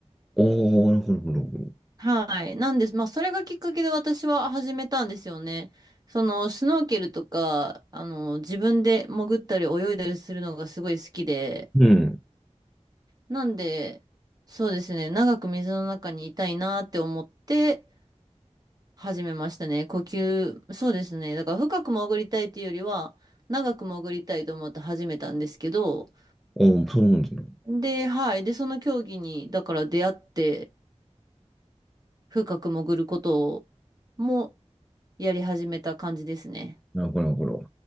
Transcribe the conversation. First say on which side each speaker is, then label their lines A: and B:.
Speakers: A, in the centre; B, on the right.
A: おー、なるほど、なるほど。
B: はい。なんです。まあそれがきっかけで私は始めたんですよね。そのスノーケルとか、あの、自分で潜ったり泳いだりするのがすごい好きで、
A: うん。
B: なんで、そうですね。長く水の中にいたいなって思って、始めましたね。呼吸、そうですね。だから深く潜りたいというよりは、長く潜りたいと思って始めたんですけど、
A: おー、そうなんですね。
B: で、はい。で、その競技に、だから出会って、深く潜ることをもやり始めた感じですね。
A: なるほど、なるほど。